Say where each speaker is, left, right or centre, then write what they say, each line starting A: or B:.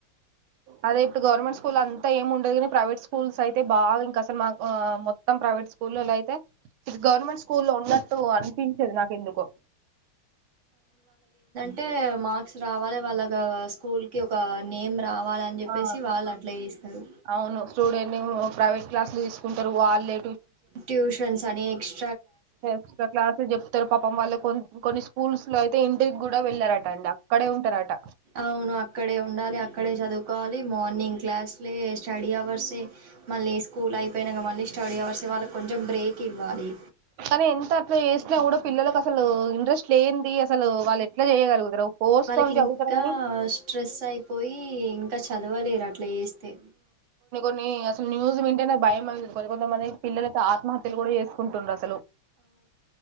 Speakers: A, on the right; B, on the right.
A: అదే ఇప్పుడు గవర్నమెంట్ స్కూల్ అంత ఏమి ఉండదు కానీ ప్రైవేట్ స్కూల్స్ అయితే బాగా ఇంకా అసలు మా మొత్తం ప్రైవేట్ స్కూల్లో అయితే ఇది గవర్నమెంట్ స్కూల్ లో ఉన్నట్టు అనిపించేది నాకు ఎందుకు
B: అంటే మార్క్స్ రావాలి వాళ్ళ స్కూల్ కి ఒక నేమ్ రావాలని చెప్పేసి
A: ఆ
B: వాళ్ళు అట్లా చేస్తారు
A: అవును స్టూడెంట్ ప్రైవేట్ క్లాసులు తీసుకుంటారు వాళ్లే
B: ట్యూషన్స్ అని ఎక్స్
A: ఎక్స్ట్రా క్లాసెస్ చెప్తారు పాపం వాళ్ళ కొ కొన్ని స్కూల్స్ లో అయితే ఇంటికి కూడా వెళ్ళారట అండి అక్కడే ఉంటారట
B: అవును అక్కడే ఉండాలి అక్కడే చదువు వాలి మార్నింగ్ క్లాస్లే స్టడీ అవర్స్ మళ్ళీ స్కూల్ అయిపోయినాక మళ్ళీ స్టడీ అవర్స్ వాళ్ళ కొంచెం బ్రేక్ ఇవ్వాలి
A: కానీ ఎంత అట్లా చేసినా కూడా పిల్లలకు అసలు ఇంట్రెస్ట్ లేంది అసలు వాళ్ళు ఎట్లా చేయగలుగుతారు ఫోర్స్
B: వాళ్ళకి
A: తో
B: ఇంకా
A: చదువుతారు కానీ
B: స్ట్రెస్ అయిపోయి ఇంకా చదవలేరు అట్లా చే తే
A: కాని అసలు న్యూస్ వింటేనే భయం అయిత కో కొంతమంది పిల్లయితే ఆత్మహత్యలు కూడా చేసుకుంటుర్రు అసలు